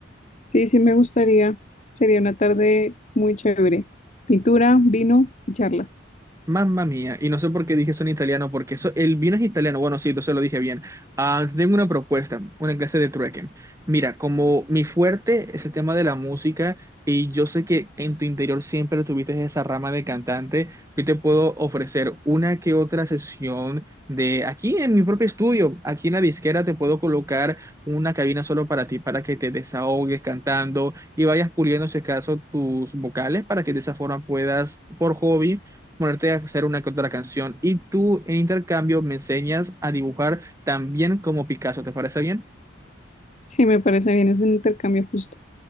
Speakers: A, on the left; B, on the right.
A: Sí, sí me gustaría. Sería una tarde muy chévere. Pintura, vino y charla.
B: Mamma mía, y no sé por qué dije eso en italiano, porque eso, el vino es italiano, bueno, sí, entonces lo dije bien. Ah, tengo una propuesta, una clase de trueque. Mira, como mi fuerte es el tema de la música, y yo sé que en tu interior siempre tuviste esa rama de cantante, yo te puedo ofrecer una que otra sesión de aquí en mi propio estudio, aquí en la disquera te puedo colocar una cabina solo para ti, para que te desahogues cantando y vayas puliendo, si acaso, tus vocales, para que de esa forma puedas, por hobby, ponerte a hacer una que otra canción y tú en intercambio me enseñas a dibujar también como Picasso, ¿te parece bien?
A: Sí, me parece bien, es un intercambio justo.